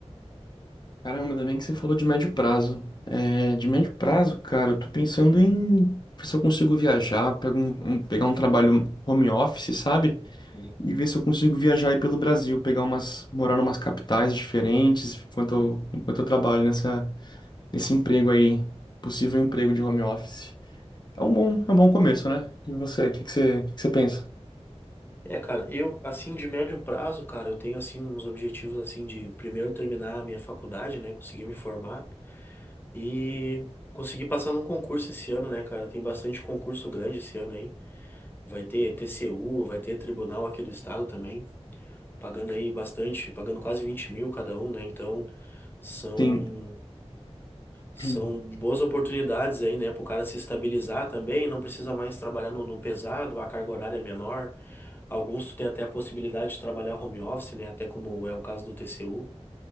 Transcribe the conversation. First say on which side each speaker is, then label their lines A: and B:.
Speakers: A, on the left; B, on the left.
A: Caramba, ainda bem que você falou de médio prazo. É, de médio prazo, cara, eu tô pensando em ver se eu consigo viajar, pego um- um- pegar um trabalho home office, sabe?
B: né?
A: E ver se eu consigo viajar aí pelo Brasil, pegar umas, morar em umas capitais diferentes enquanto eu, enquanto eu trabalho nessa, nesse emprego aí, possível emprego de home office. É um bom, é um bom começo, né? E você, o que que você, o que que você pensa?
B: É, cara, eu assim de médio prazo, cara, eu tenho assim uns objetivos assim de primeiro terminar a minha faculdade, né, conseguir me formar e conseguir passar num concurso esse ano, né, cara? Tem bastante concurso grande esse ano aí. Vai ter TCU, vai ter tribunal aqui do estado também. pagando aí bastante, pagando quase 20 mil cada um, né? Então são,
A: Sim.
B: são
A: <clears throat>
B: boas oportunidades aí, né, para o cara se estabilizar também, não precisa mais trabalhar no, no pesado, a carga horária é menor. Alguns tu tem até a possibilidade de trabalhar home office, né? Até como é o caso do TCU.